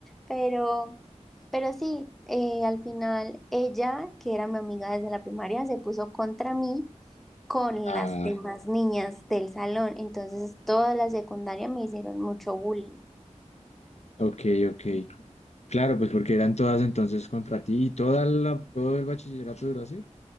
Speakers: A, in the centre; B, on the left.
A: Pero, pero sí, eh, al final ella, que era mi amiga desde la primaria, se puso contra mí con
B: Ah,
A: las demás niñas del salón. Entonces, toda la secundaria me hicieron mucho bullying.
B: ok, ok. Claro, pues porque eran todas entonces contra ti y toda la, todo el bachillerato duró así.